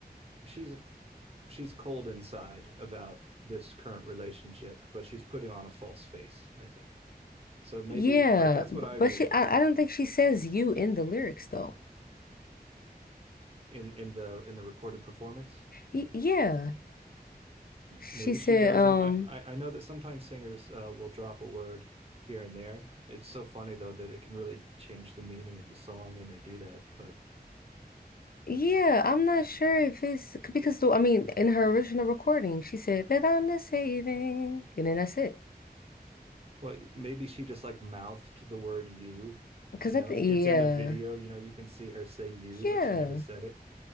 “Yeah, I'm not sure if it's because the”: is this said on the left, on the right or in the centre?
Left